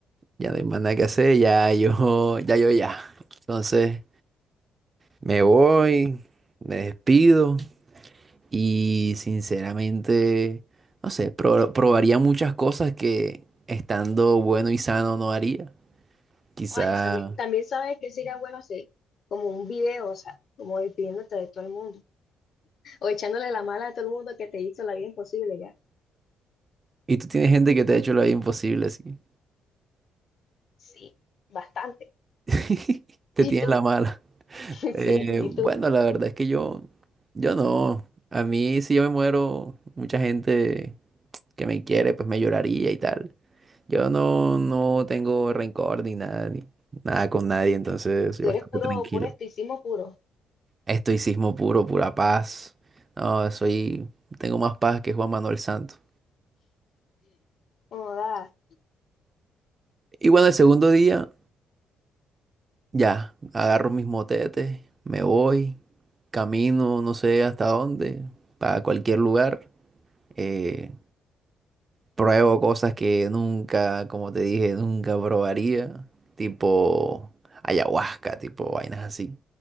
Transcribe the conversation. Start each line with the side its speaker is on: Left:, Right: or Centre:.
Right: Ya no hay más nada que hacer, ya yo, <laughs> ya yo ya. Entonces me voy, me despido y sinceramente, no sé, pro- probaría muchas cosas que estando bueno y sano no haría. Quizá...
Left: Ay, Sammy, también también sabes que sería bueno hacer como un video, o sea, como despidiéndote de todo el mundo o echándole la mala a todo el mundo que te hizo la vida imposible ya.
Right: Y tú tienes gente que te ha hecho la vida imposible, así.
Left: Sí, bastante.
Right: <laughs> Te
Left: ¿Y
Right: tienes
Left: tú?
Right: la
Left: <laughs>
Right: mala.
Left: Sí,
Right: Eh,
Left: ¿y
Right: bueno,
Left: tú?
Right: la verdad es que yo, yo no. A mí si yo me muero, mucha gente... que me quiere, pues me lloraría y tal. Yo no, no tengo rencor ni nada, ni nada con nadie, entonces soy
Left: Tú
Right: bastante
Left: eres puro,
Right: tranquilo.
Left: puro estoicismo puro.
Right: Estoicismo puro, pura paz. No, soy, tengo más paz que Juan Manuel Santos.
Left: Joda.
Right: Y bueno, el segundo día, ya, agarro mis motetes, me voy, camino no sé hasta dónde, para cualquier lugar. Eh, Pruebo cosas que nunca, como te dije, nunca probaría. Tipo ayahuasca, tipo vainas así.